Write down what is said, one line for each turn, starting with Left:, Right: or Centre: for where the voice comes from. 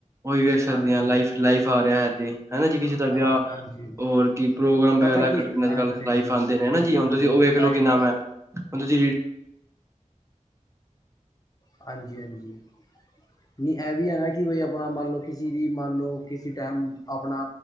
Right: ਓਈ ਵੇਖ ਸਕਦੇ
Left: ਹਾਂਜੀ
Right: ਆ,
Left: ਹਾਂਜੀ
Right: ਲਾਈਫ, ਲਾਈਫ ਆ ਰਿਹਾ ਹੈ, ਤੇ ਹੈਨਾ ਜੇ ਕਿਸੇ ਦਾ
Left: ਹਾਂਜੀ
Right: ਵਿਆਹ
Left: ਹਾਂਜੀ
Right: ਹੋਰ ਕਿ ਪ੍ਰੋਗਰਾਮ ਵਗੈਰਾ
Left: ਪਤਾ ਕੀ
Right: ਕੱਦੇ
Left: ਹਾਂਜੀ
Right: ਨੇ ਅੱਜ-ਕੱਲ
Left: ਹਾਂਜੀ
Right: ਲਾਈਵ ਆਂਦੇ ਨੇ ਹਨਾ
Left: ਬਿਲਕੁਲ
Right: ਜੀ, ਹੁਣ
Left: ਬਿਲਕੁਲ
Right: ਤੁਸੀਂ ਉਹ ਵੇਖਲੋ,
Left: ਲਾਈਵ
Right: ਕਿ ਨਾਮੈਂ
Left: ਲਾਈਵ
Right: ਹੁਣ ਤੁਸੀਂ
Left: ਹਾਂਜੀ-ਹਾਂਜੀ। ਨਹੀਂ ਐਵੀ ਐ ਨਾ ਕਿ ਬਈ ਅਪਣਾ ਮੰਨਲੋ, ਕਿਸੀ ਵੀ ਮੰਨ ਲਉ, ਕਿਸੀ ਟਾਈਮ ਆਪਣਾ